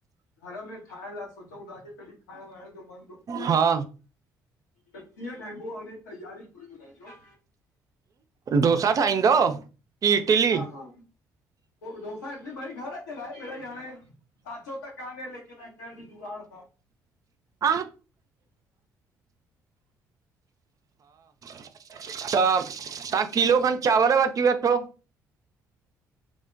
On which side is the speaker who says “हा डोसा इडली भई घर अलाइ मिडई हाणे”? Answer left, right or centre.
Left